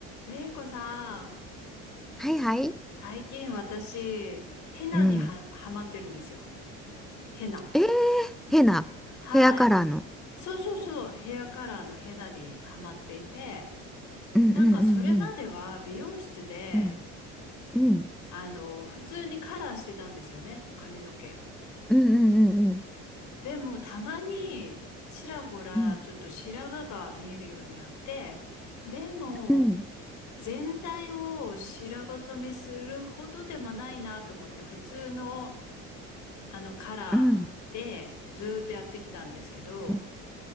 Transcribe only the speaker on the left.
れいこさん、
最近私、ヘナには、
はまってるんですよ。ヘナ。
はい。そうそうそう、ヘアカラーのヘナにはまっていて、
なんかそれまでは美容室で、
あの、普通にカラーしてたんですよね、髪の毛。
でもたまに、ちらほら、
ちょっと白髪が見えるようになって、でも、
全体を白髪染めするほどでもないなと思って、普通の、あのカラーでずーっとやってきたんですけど、